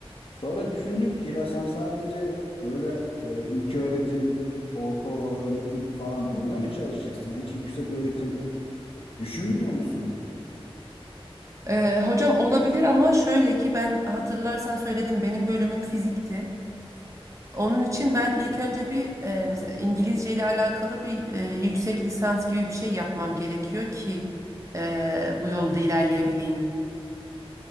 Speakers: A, on the left; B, on the right.
A: sonra düşündüm ki ya sen sadece böyle e, ilköğretim, orta öğretim falan burada mı çalışacaksın? Ya hiç yüksek öğretim düşünmüyor musun?
B: Ee, hocam olabilir ama şöyle ki ben hatırlarsan söyledim benim bölümüm fizikti. Onun için ben ilk önce bir e, mesela İngilizce ile alakalı bir e, yüksek lisans gibi bir şey yapmam gerekiyor ki e, bu yolda ilerleyebileyim.